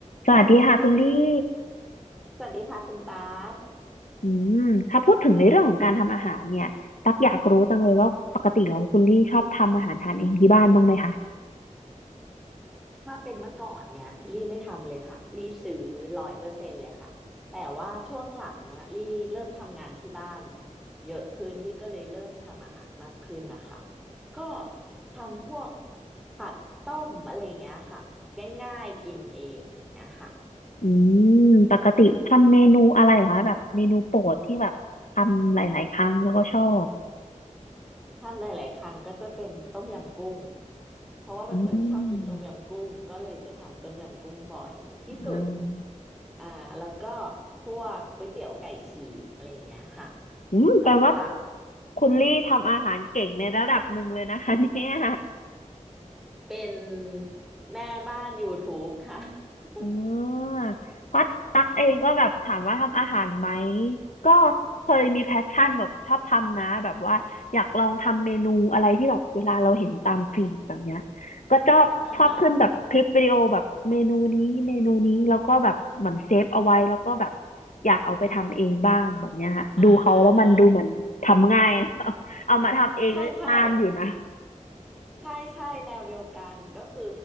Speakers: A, on the left (about 75°); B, in the centre.
A: สวัสดีค่ะคุณลี่
B: สวัสดีค่ะคุณบาส
A: อืมถ้าพูดถึงในเรื่องของการทำอาหารเนี่ยตักอยากรู้จังเลยว่าปกติแล้วคุณลี่ชอบทำอาหารทานเองที่บ้านบ้างไหมคะ
B: ถ้าเป็นเมื่อก่อนเนี่ยลี่ไม่ทำเลยค่ะลี่ซื้อร้อยเปอร์เซ็นต์เลยค่ะแต่ว่าช่วงหลังเนี่ยลี่เริ่มทำงานที่บ้านเยอะขึ้นลี่ก็เลยเริ่มทำอาหารมากขึ้นนะคะก็ทำพวกผัดต้มอะไรอย่างเงี้ยค่ะง่ายๆกินเองอะไรอย่างเงี้ยค่ะ
A: อืมปกติทำเมนูอะไรเหรอคะแบบเมนูโปรดที่แบบทำหลายๆครั้งแล้วก็ชอบ
B: ทำหลาย ๆ ครั้งก็จะเป็นต้มยำกุ้งเพราะว่าเป็นคนชอบกินต้มยำกุ้งก็เลยจะทำต้มยำกุ้งบ่อยที่สุด
A: อืมอ่า
B: อ่าแล้วก็พวกก๋วยเตี๋ยวไก่ฉีกอะไรอย่างเงี้ยค่ะ
A: อืมแปลว่า
B: ผัดผัก
A: คุณลี่ทำอาหารเก่งในระดับหนึ่งเลยนะคะเนี่ย
B: เป็นแม่บ้าน YouTube ค่ะ <laughs>
A: อืมเพราะตักเองก็แบบถามว่าทำอาหารไหม ก็เคยมีแพชชั่นแบบชอบทำนะแบบว่าอยากลองทำเมนูอะไรที่แบบเวลาเราเห็นตามฟีดแบบเนี้ย ก็ชอบชอบขึ้นแบบคลิปวิดีโอแบบเมนูนี้เมนูนี้แล้วก็แบบเหมือนเซฟเอาไว้แล้วก็แบบ
B: อ่าฮะ
A: อยากเอาไปทำเองบ้างแบบเนี้ยค่ะดูเขาแล้วมันดูเหมือนทำง่าย
B: อ่าอ่าอ่า
A: <laughs> นะเอามาทำเองก็นานอยู่นะ
B: ใช่ใช่ ใช่ใช่แนวเดียวกันก็คือ